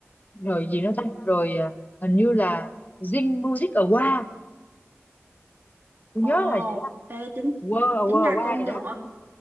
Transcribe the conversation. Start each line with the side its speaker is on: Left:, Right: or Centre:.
Left: rồi gì nữa ta rồi à, hình như là Zing Music Award tôi
Right: Ồ,
Left: nhớ là vậy đó
Right: ê tính
Left: Wow
Right: tính
Left: Award
Right: ra
Left: Award
Right: con
Left: gì
Right: đường
Left: đó
Right: ông